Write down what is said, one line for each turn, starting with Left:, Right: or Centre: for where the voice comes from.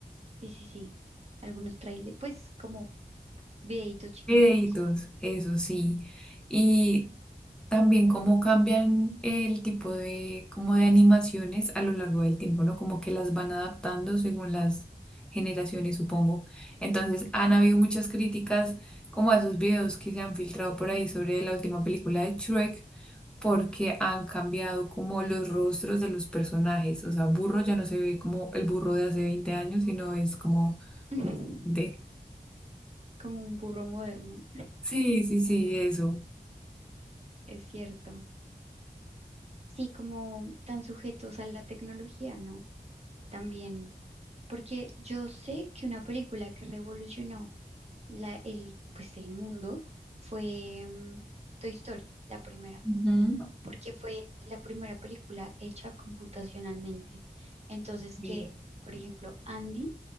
Right: sí, sí, sí. Algunos trailers, pues como videitos chiquiticos,
Centre: Videitos, eso sí. Y también cómo cambian el tipo de, como de animaciones a lo largo del tiempo, ¿no? Como que las van adaptando según las generaciones, supongo. Entonces, han habido muchas críticas como a esos videos que se han filtrado por ahí sobre la última película de Shrek, porque han cambiado como los rostros de los personajes. O sea, Burro ya no se ve como el burro de hace 20 años, sino es como
Right: <laughs> como
Centre: de...
Right: un burro moderno,
Centre: Sí, sí, sí, eso.
Right: es cierto. sí, como tan sujetos a la tecnología, ¿no? También, porque yo sé que una película que revolucionó la, el, pues, el mundo fue mm, Toy Story, la primera,
Centre: Ujú.
Right: porque fue la primera película hecha computacionalmente. Entonces,
Centre: Ok.
Right: que, por ejemplo, Andy